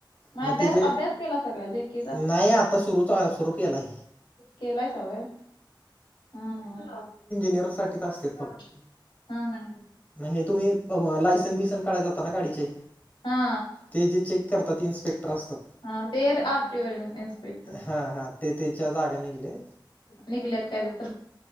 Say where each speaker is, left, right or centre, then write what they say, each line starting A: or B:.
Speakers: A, on the left; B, on the left.
A: अभ्यास
B: मग तिचे
A: अभ्यास केला सगळ्या लेखीचा
B: नाही आता सुरूच सुरू केलाय.
A: केलायच होय हम्
B: निरसाठीच असत्यात
A: हा ह
B: हे तुम्ही लायसन बिसन काढायला जाता ना गाडीचे.
A: हा
B: ते जे चेक करतात ते इन्स्पेक्टर असतात.
A: हा ते आरटीओ इन्स्पेक्टर
B: हां हां ते त्याच्या जागा निघले
A: निघल्यात काय तिथ